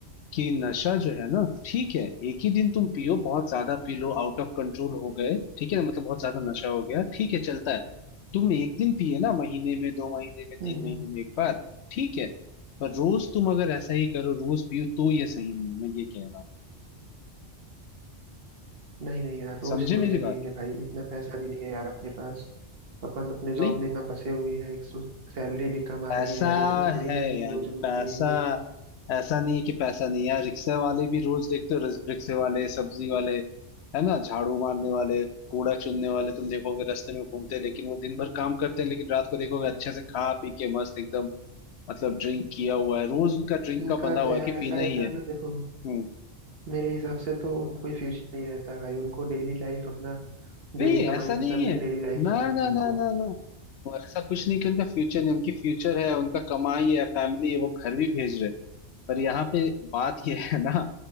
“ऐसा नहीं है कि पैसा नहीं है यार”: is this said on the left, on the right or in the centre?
Left